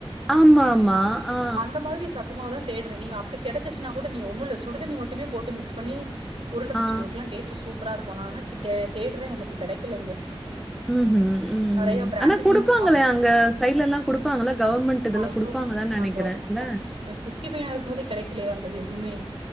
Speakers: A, in the centre; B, on the right.
A: ஆமா ஆமா ஆ ஆ
B: அந்த மாரி சத்தமாவ தா தேட்ற நீங்க அப்டி கெடச்சிச்சுன்னா கூட நீ ஒண்ணுல்ல சுடுதண்ணி மட்டுமே போட்டு மிக்ஸ் பண்ணி உருண்ட பிடிச்சு
A: ஆ
B: குடுக்லா டேஸ்ட்டு சூப்பரா இருக்கோ நா ஆனா கே தேட்ற எனக்கு கெடைக்கல இங்க
A: ம் ஹும் ம்
B: நெறைய
A: ம்
B: பிராண்டட்லயே
A: ஆனா குடுப்பாங்ளே
B: விப்பாங்க
A: அங்க சைட்லெல்லா குடுப்பாங்கல்ல கவர்மெண்ட் இதுல
B: ஐயோ
A: குடுப்பாங்கதா நெனைக்கிற
B: கவர்மெண்ட்ல
A: இல்ல
B: நா குட்டி பையனா இருக்கும் போதே கெடைக்கலையா அந்தது எதுமே